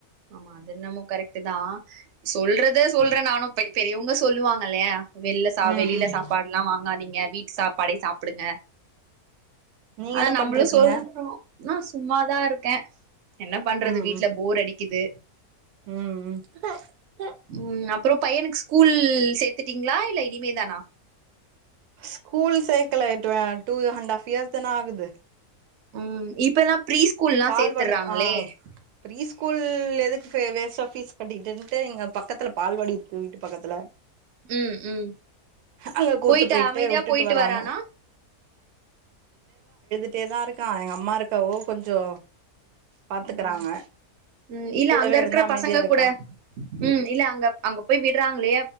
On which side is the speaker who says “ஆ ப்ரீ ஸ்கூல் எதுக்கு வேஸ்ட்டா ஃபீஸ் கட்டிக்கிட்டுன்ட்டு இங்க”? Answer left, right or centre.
Right